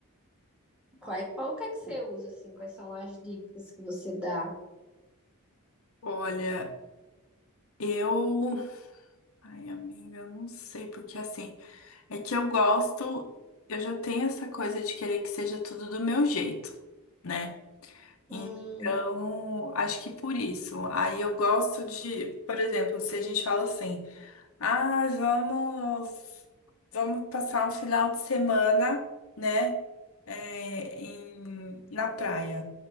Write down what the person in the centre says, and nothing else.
Qual, qual, o que é que você usa, assim? Quais são as dicas que você dá?
Hum,